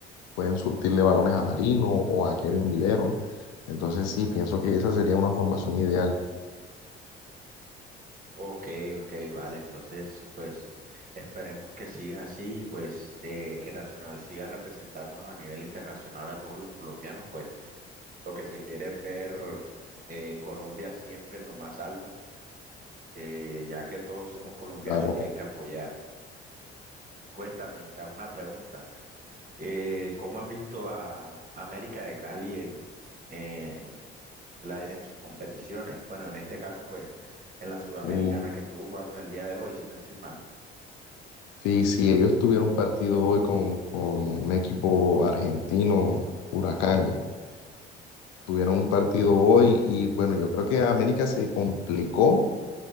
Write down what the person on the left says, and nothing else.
Pueden surtirle balones a Marino o a Kevin Vivero. Entonces sí, pienso que esa sería una formación ideal.
Claro.
Uh,
sí, si ellos tuvieran un partido hoy con, con un equipo argentino, Huracán, tuvieron un partido hoy y bueno, yo creo que América se complicó